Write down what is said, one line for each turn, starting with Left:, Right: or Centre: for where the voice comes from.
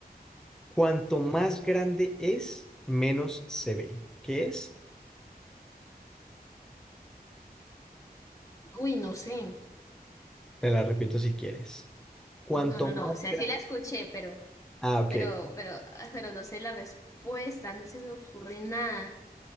Centre: Cuanto más grande es, menos se ve. ¿Qué es?
Left: Uy, no sé.
Centre: Te la repito si quieres. Cuanto
Left: No, no,
Centre: más
Left: no. O sea,
Centre: grande.
Left: sí la escuché, pero,
Centre: Ah, ok.
Left: pero, pero, ah, pero no sé la respuesta, no se me ocurre nada.